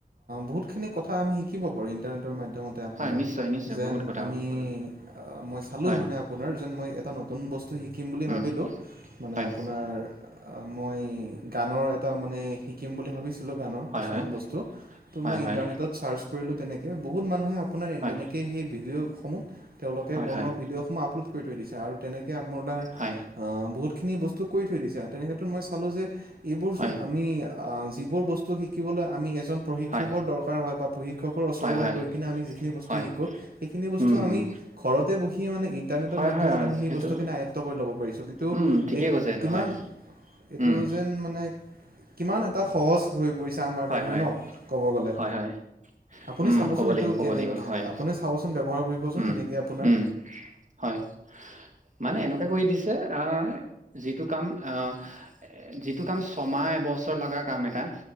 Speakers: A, on the right (about 70°); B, on the right (about 50°).
A: বহুতখিনি কথা আমি শিকিব পাৰোঁ ইণ্টাৰনেটৰ মাধ্যমতে আপোনাৰ
B: হয় নিশ্চয় নিশ্চয়
A: যেন
B: বহুত কথা
A: আমি
B: কৈছো বাৰু
A: মই চালোঁ
B: হয়
A: মানে আপোনাৰ যেন মই এটা নতুন বস্তু শিক শিকিম বুলি
B: উম
A: ভাবিলোঁ মানে
B: হয়
A: আপোনাৰ মই গানৰ এটা মানে শিকিম বুলি ভাবিছ ছিলো গানৰ।
B: হয়
A: কিছুমান
B: হয়
A: বস্তু
B: হয়
A: ইন্টাৰনেটত
B: হয়
A: চাৰ্জ কৰিলো তেনেকে বহুত মানুহে আপোনাৰ
B: হয়
A: তেনেকেই হেই ভিদিঅ' অসমত তেওঁলোকে
B: হয়
A: বনোৱা
B: হয়
A: ভিডিঅ' সমূহ আ পলোড কৰি থৈ দিছে। আৰু তেনে আপোনাৰ
B: হয়
A: অ', বহুত খিনি বস্ স্ত কৰি থৈ দিছে, তেনে ক্ষেত্ৰত মই পালো যে এইবোৰচোন
B: হয়
A: আমি অ', যিবোৰ বস্তু শিকিবলৈ আমি প্ৰশিক্ষকৰ
B: হয়
A: দৰকাৰ হয় বা প্ৰশিক্ষকৰ ওচৰলৈ
B: হয় হয়
A: গৈ কিনে আমি যিখিনি বস্তু
B: হয়
A: শিকো, সেইখিনি বস্তু
B: উম
A: আমি
B: উম
A: ঘৰতে বহি মানে ইন্টাৰনেটৰ
B: হয়
A: মাধ্যমত
B: হয় হয়
A: আমি সেই
B: সেইটো
A: বস্তুখিনি আয়ত্ব কৰি ল'ব পাৰিছো। কিন্তু
B: উম ঠিকেই
A: এক
B: কৈছে এইটো
A: কিমান
B: হয়
A: এইটো
B: উম
A: যেন মানে কিমান এটা সহজ হৈ পৰিছে আমাৰ
B: হয়
A: কাৰনে
B: হয়
A: ন? ক'ব গ'লে।
B: হয় হয়
A: আপুনি
B: উম
A: চাবচোন
B: ক'ব
A: এইটো
B: লাগিব ক'ব
A: কেনেকে
B: লাগিব হয়
A: আপুনি চাবচোন, ব্যৱহাৰ কৰিবোন
B: উম
A: এনেকে আপোনাৰ
B: উম হয় মানে এনেকুৱে কৰি দিছে, অহ, যিটো কাম অহ, যিটো কাম ছমাহ এবছৰ লগা কাম এটা